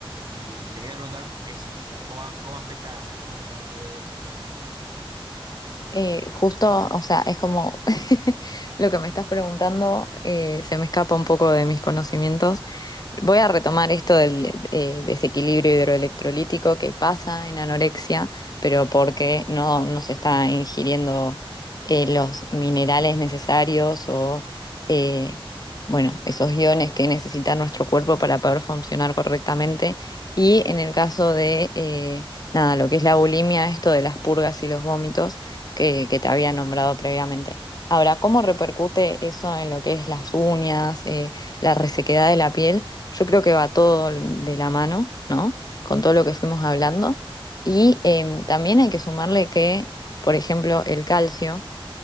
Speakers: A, on the right; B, on the left.
A: Y te quería preguntar eso, o sea, ¿cómo, cómo afecta a las uñas, los dedos y demás?
B: Eh, justo, o sea, es como <laughs> lo que me estás preguntando, eh, se me escapa un poco de mis conocimientos. Voy a retomar esto del eh, desequilibrio hidroelectrolítico que pasa en anorexia, pero porque no, no se está ingiriendo eh, los minerales necesarios o, eh, bueno, esos iones que necesita nuestro cuerpo para poder funcionar correctamente. Y en el caso de, eh, nada, lo que es la bulimia, esto de las purgas y los vómitos que, que te había nombrado previamente. Ahora, ¿cómo repercute eso en lo que es las uñas, eh, la resequedad de la piel? Yo creo que va todo de la mano, ¿no? Con todo lo que fuimos hablando. Y em, también hay que sumarle que, por ejemplo, el calcio,